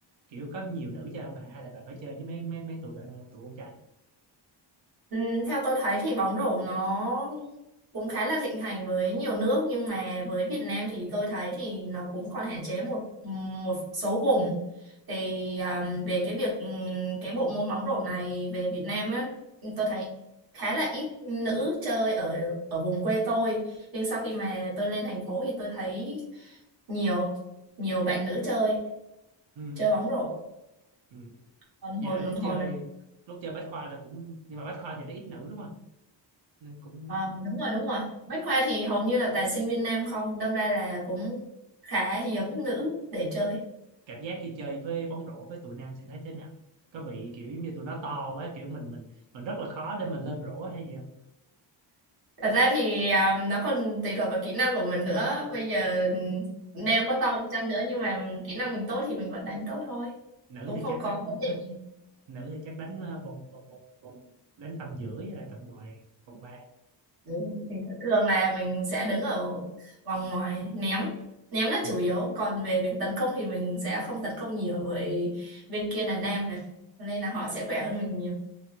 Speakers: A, on the right; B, on the right.
A: kiểu có nhiều nữ chơi không bà hay là bạn phải chơi với mấy mấy mấy tụi bạn tụi con trai
B: Ừ, theo tôi thấy thì bóng rổ nó cũng khá là thịnh hành với nhiều nước nhưng mà với Việt Nam thì tôi thấy thì nó cũng còn hạn chế một một số vùng thì um, về cái việc um, cái bộ môn bóng rổ này về Việt Nam á tôi thấy khá là ít nữ chơi ở ở vùng quê tôi nhưng sau khi mà tôi lên thành phố thì tôi thấy nhiều nhiều bạn nữ chơi
A: ừ,
B: chơi bóng rổ
A: ừ.
B: còn hồi
A: vậy là lúc chơi
B: hồi mà
A: lúc chơi bách khoa là cũng nhưng mà bách khoa thì nó ít nữ đúng không nên cũng
B: Ờ, đúng rồi đúng rồi bách khoa thì hầu như là toàn sinh viên nam không đâm ra là cũng khá hiếm nữ để chơi
A: cảm giác khi chơi với bóng rổ với tụi nam sẽ thấy thế nào có bị kiểu giống như tụi nó to quá kiểu mình mình mình rất là khó để mình lên rổ hay gì không?
B: thật ra thì à, nó còn tùy thuộc vào kỹ năng của mình nữa bây giờ ừm, nam có to đi chăng nữa nhưng mà kỹ năng mình tốt thì mình vẫn đánh tốt thôi
A: nữ
B: cũng
A: thì
B: không
A: chắc
B: có
A: đánh
B: vấn đề gì
A: nữ thì chắc đánh ờ, vòng vòng vòng, vòng đánh tầm giữa với lại tầm ngoài vòng ba
B: Đấy, mình thường là mình sẽ đứng ở vòng ngoài ném ném là
A: <clears throat>
B: chủ yếu còn về việc tấn công thì mình sẽ không tấn công nhiều bởi bên kia là nam mà Cho nên là họ sẽ khỏe hơn mình nhiều